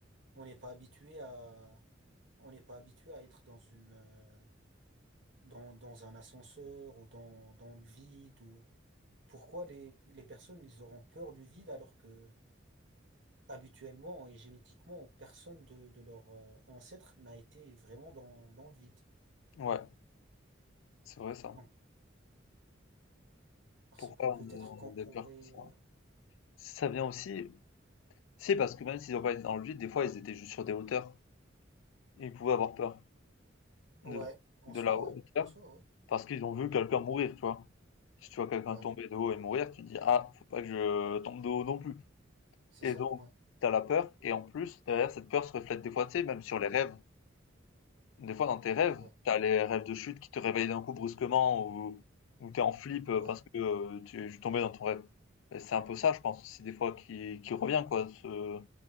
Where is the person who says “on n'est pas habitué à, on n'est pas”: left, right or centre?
Right